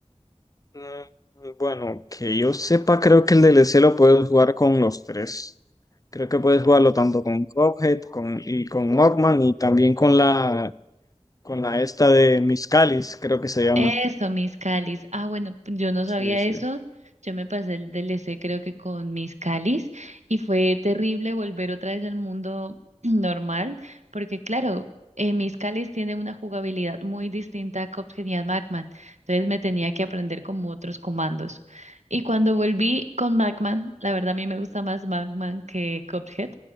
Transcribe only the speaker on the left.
Mm, Bueno, que yo sepa, creo que el DLC lo puedes jugar con los tres. Creo que puedes jugarlo tanto con Cuphead con, y con Mockman y también con la, con la esta de Miscalis, creo que se llama.
Sí, sí.